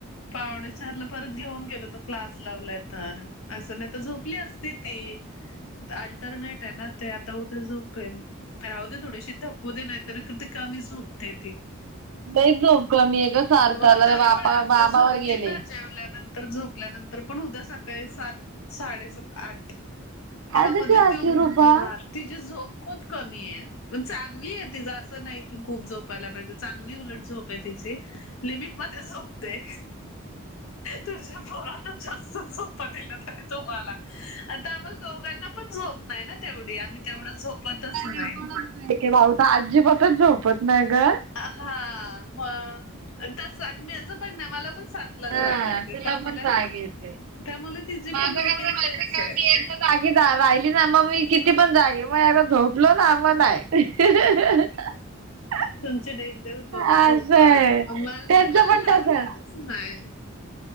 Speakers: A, on the left; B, on the right.
A: पावणे चारला परत घेऊन गेलो तो क्लास लावलाय तर. असं नाही तर झोपली असती ती, अल्टरनेट आहेत ना. ते आता उद्या झोपेल, राहुदे थोडीशी थकू दे नाही तर किती कमी झोपते ती‌.
B: लईच झोप कमी आहे गं सार्थाला
A: मग तरी
B: बापा
A: पण आता
B: बाबावर
A: झोपली
B: गेलेय.
A: ना जेवल्यानंतर झोपल्यानंतर पण उद्या सकाळी सात, साडेसात आठ त्यामध्ये
B: अगं अशी
A: ती उठणार‌‌.
B: रुपा
A: तिची झोप खूप कमी आहे, पण चांगली आहे तिज असं नाही की खूप झोपायला पाहिजे. चांगली उलट झोप आहे तिची, लिमिट मध्ये झोपते. तुझ्या पोरांना जास्त झोपा दिल्या त्यांनी तुम्हाला. आता आम्हाला दोघांना पण झोप नाही ना तेवढी, आम्ही तेवढं झोपतच नाही.
B: रेकॉर्डच ते काय भाऊ तर आजीबातच झोपत नाही गं.
A: हां मग, आणि तसं आणि माझं पण ना मला पण सात ला
B: हा
A: जाग येते
B: तिला
A: त्यामुले,
B: पण जाग येते.
A: त्यामुले तिची
B: माझं
A: पण
B: कसं
A: रुटीन
B: माहिती
A: तेच
B: का
A: आहे.
B: मी एकदा जागी जा राहिली ना मग मी किती पण जागेन, मग एकदा झोपलो ना मग नाही. <inaudible>
A: तुमचे डेंजर आहेत
B: असंय
A: बाबा झोपा, मला
B: त्यांचं
A: नाही मला
B: पण
A: लागणारच
B: तसच.
A: नाही.